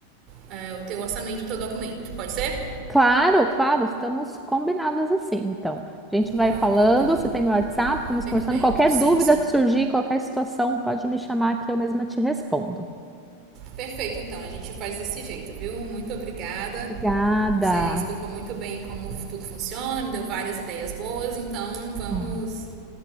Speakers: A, on the right; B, in the centre.
A: é, o teu orçamento, o teu documento. Pode ser?
B: Claro, claro, estamos combinadas assim. Então, a gente vai
A: Pronto,
B: falando,
A: então,
B: você tem meu WhatsApp, vamos
A: perfeito.
B: conversando. Qualquer
A: Sim,
B: dúvida
A: sim.
B: que surgir, qualquer situação, pode me chamar que eu mesma te respondo.
A: Perfeito, então, a gente faz desse jeito, viu? Muito obrigada.
B: Obrigada.
A: Você explicou muito bem como tudo funciona, me deu várias ideias boas, então vamos,
B: Ó,